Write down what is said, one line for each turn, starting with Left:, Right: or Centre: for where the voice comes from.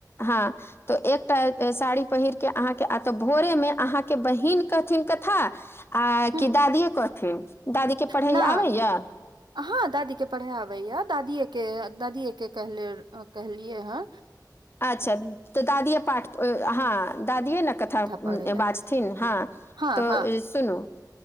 Left: हँ तऽ एकटा साड़ी पहिरके अहाँके आ तऽ भोरेमे अहाँके बहीन कहथिन कथा आ
Right: ह
Left: की दादीे कथिन दादीे क पढ़ै
Right: न
Left: आबैया
Right: हँ दादी के पढ़ै आबैया दादीए के दादिए के कहले कहलियै हँ
Left: अच्छा तऽ दादीए पाठ हँ दादिेए ने कथा
Right: पढ़े लए
Left: बाज थिन हँ
Right: हँ
Left: तऽ
Right: हँ
Left: सुनु